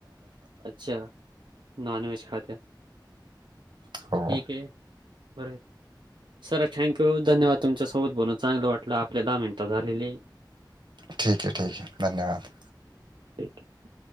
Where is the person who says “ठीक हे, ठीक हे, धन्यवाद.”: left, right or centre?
Right